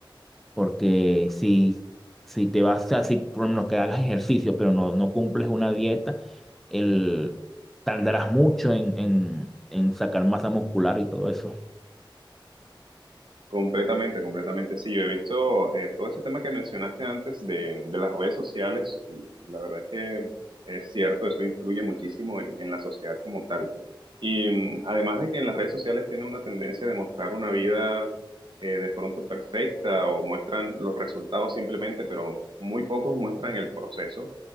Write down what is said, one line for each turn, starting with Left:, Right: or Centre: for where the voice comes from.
Centre: Porque si, si te vas así, por lo menos que hagas ejercicio, pero no, no cumples una dieta, el, tardarás mucho en, en, en sacar masa muscular y todo eso.
Right: Completamente, completamente. Sí, yo he visto eh, todo ese tema que mencionaste antes de, de las redes sociales. y La verdad es que es cierto, eso influye muchísimo en, en la sociedad como tal. Y mm, además de que en las redes sociales tiene una tendencia de mostrar una vida eh, de pronto perfecta o muestran los resultados simplemente, pero muy pocos muestran el proceso.